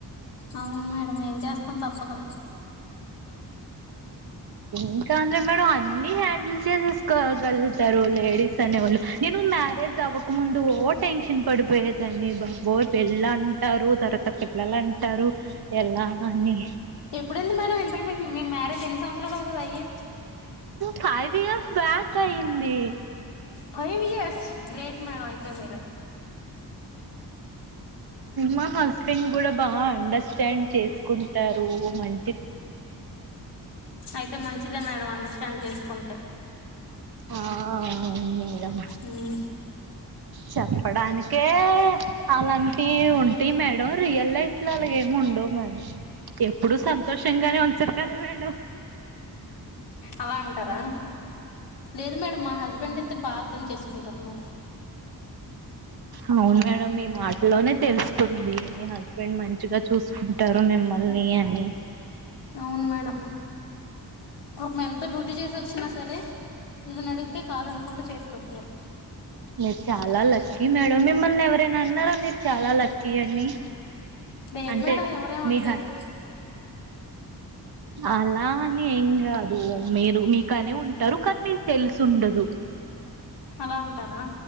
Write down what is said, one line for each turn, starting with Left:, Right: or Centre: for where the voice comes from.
Left: అవును మేడం ఏం చేస్తాం తప్పదు
Right: ఇంకా అంద్ర మేడం అన్ని హ్యాండిల్ చేసేసుకోగలుగతరు లేడీస్ అనే వాళ్లు నేను మ మ్యారేజ్ అవ్వకముందు ఓ టెన్షన్ పడిపోయేదని బాబోయ్ పెళ్ళంటారు తరువత పి లలంటారు ఎలా అని
Left: ఎప్పుడుంది మేడం ఇంతక్ మీ మ్యారేజ్ ఎన్ని సంవత్సరాలు అవుతది అయ్యి
Right: ఫైవ్ ఇయర్స్ బ్యాక్ అయ్యంది
Left: ఫైవ్ ఇయర్స్ గ్రేట్ మేడం అయితే మీరు
Right: మా హస్బెండ్ కూడా బాగా అండర్స్టాండ్ చేసుకుంటారు మం
Left: అయితే మంచిదే మేడం అండర్స్టాండ్ చేసుకుంటే
Right: ఆ అవును మేడం
Left: ఉమ్.
Right: చెప్పడానికే అలాంటియి ఉంటయి మేడం రియల్ లైఫ్ లో అలాగెం ఉండవు మేడం ఎప్పుడు సంతోషంగానే ఉంచరు కదా మేడం
Left: అలా అంటారా లేదు మేడం మా హస్బెండ్ అయితే బాగా అర్థం చేసుకుంటారు మేడం
Right: అవును మేడం మీ మాటలోనే తెలుస్తుంది మీ హస్బెండ్ మంచిగా చూసుకుంటారు మిమ్మల్ ల్ని అని
Left: అవును మేడం పాపం ఎంత డ్యూటీ చేసి వచ్చినా సరే ఏదన్న అడిగితే కాదనకుండా చేస్ పెడుతారు
Right: మీరు చాలా లక్కీ మేడం మిమ్మల్ని ఎవరైనా అన్నారా మీరు చాలా లక్కీ అని
Left: లేదు
Right: అంటే
Left: మేడం ఎవరేం అనలేదు
Right: మీ హ అలా అని ఏం కాదు మీరు మీకనే ఉంటారు కానీ మీకు తెలిసి ఉండదు
Left: అలా అంటారా